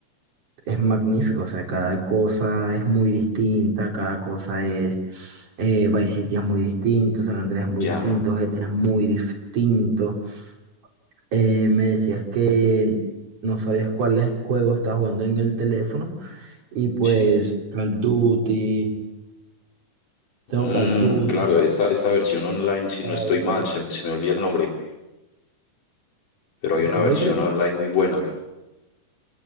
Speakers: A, on the right; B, on the left.
A: es magnífico. O sea, cada cosa es muy distinta, cada cosa es... eh, Vice City es muy distinto, San Andreas es muy
B: ya,
A: distinto, GTA es muy distinto. Eh, me decías que no sabías cuáles juegos estás jugando en el teléfono. Y pues
B: sí.
A: Call Duty, tengo
B: Mm,
A: Call Duty,
B: claro, esta, esta versión online, si
A: Fire.
B: no estoy mal, se, me- se me olvida el nombre, pero hay una
A: ¿Cómo
B: versión
A: dices?
B: online muy buena.